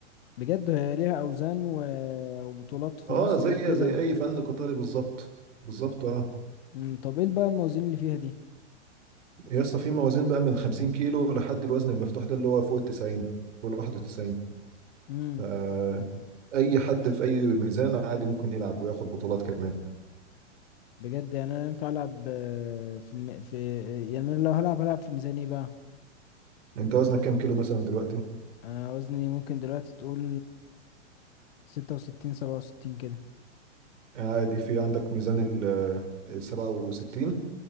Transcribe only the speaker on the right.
اه زي
زي اي فن قتالي بالظبط بالظبط اه
يا اسطى في موازين بقى من 50 كيلو لحد الوزن المفتوح ده اللي هو فوق ال 90 فوق ال 91
فاي حد في اي ميزان عادي ممكن يلعب وياخد بطولات كمان
انت وزنك كام كيلو مثلا دلوقتي
عادي في عندك ميزان ال آه، ال 67